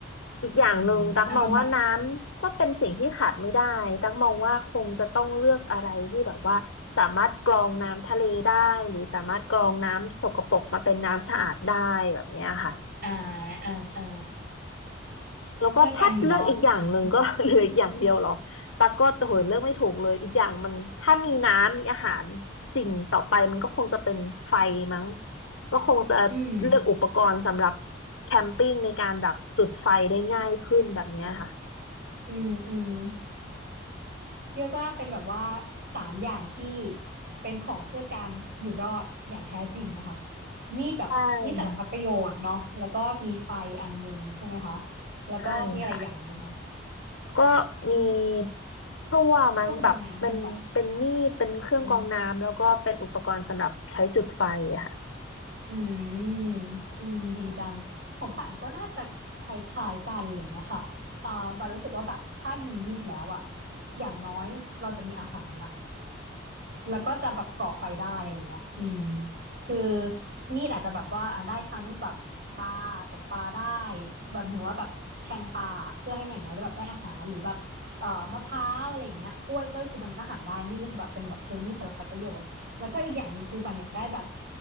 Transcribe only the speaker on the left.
อีกอย่างหนึ่งตักมองว่าน้ำก็เป็นสิ่งที่ขาดไม่ได้ตักมองว่าคงจะต้องเลือกอะไรที่แบบว่าสามารถกรองน้ำทะเลได้หรือสามารถกรองน้ำสกปรกมาเป็นน้ำสะอาดได้แบบเนี้ยค่ะ
แล้วก็ถ้าเลือกอีกอย่างหนึ่งก็
<laughs> เหลืออีกอย่างเดียวเหรอตั๊กก็โหยเลือกไม่ถูกเลยอีกอย่างมันถ้ามีน้ำมีอาหารสิ่งต่อไปมันก็คงจะเป็นไฟมั้งก็คงจะเลือกอุปกรณ์สำหรับ
แคมปิ้งในการแบบจุดไฟได้ง่ายขึ้นแบบเนี้ยค่ะ
ใช่
ใช่ค่ะก็มีพลั่วมั้งแบบเป็นเป็นนี่เป็นเครื่องกรองน้ำแล้วก็เป็นอุปกรณ์สำหรับใช้จุดไฟอะค่ะ